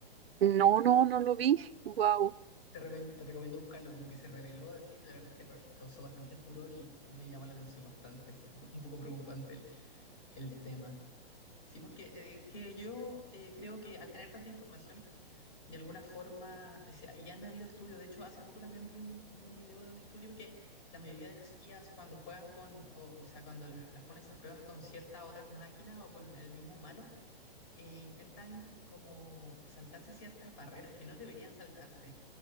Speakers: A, on the right; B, on the left.
A: No, no, no lo vi. Wow.
B: Te, remen- te recomiendo buscarlo, como que se reveló así. La verdad es que re- causó bastante furor y me llama la atención bastante. <laughs> Un poco preocupante el, el tema. Sí, porque eh, que yo eh, creo que al tener tanta información de alguna forma, o sea, ya han habido estudios, de hecho, hace poco también vi un, vi un video de un estudio que la mayoría de las IAs cuando juegan con, o, o sea, cuando las, las pones a pruebas con ciertas otras máquinas o con el mismo humano, eh, intentan como saltarse ciertas barreras que no deberían saltarse.